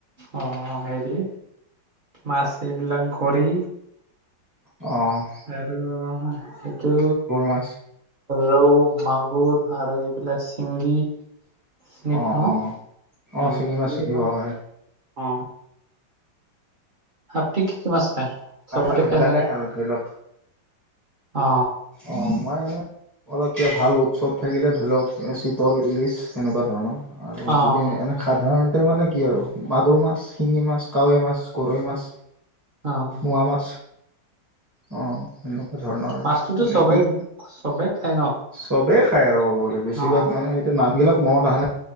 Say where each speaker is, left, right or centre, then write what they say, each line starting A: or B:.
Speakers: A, on the right (about 55°); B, on the right (about 15°).
A: অ হেৰি মাছ এইবিলাক ঘৰি।
B: অঁ,
A: আৰু সেইটো।
B: মাছ
A: ৰৌ মাগুৰ আৰু এইবিলাক চিংগি, চিনি
B: অ',
A: পোৱা ন
B: অ',
A: অ
B: শিঙি মাছ
A: সেইবিলাক
B: চিঙি পোৱা হয়
A: অ, আপূ কি কি মাছ খায় সবতে
B: আৰু সেইবিলাকে
A: খাই চাগে।
B: আৰু ধৰি লওক
A: অ
B: অ মই এনে, অলপ কে ভাল উৎসৱ থাকিলে ধৰি লওক চিতল ইলিচ সেনেকুৱা ধৰণৰ। আৰু
A: অ অ
B: যদি এনে সাধাৰণতে মানে কি আৰু মাগুৰ মাছ, শিঙি মাছ, কাৱৈ মাছ। গৰৈ মাছ।
A: অ
B: মোৱা মাছ অ ধৰণৰ
A: মাছটোতো
B: এনে
A: চবেই
B: কি
A: চবেই খাই ন
B: চবেই খাই আৰু ক'ব গ'লে বেছিভাগ
A: অ
B: মানে। নামবিলাক মনত অহা নাই।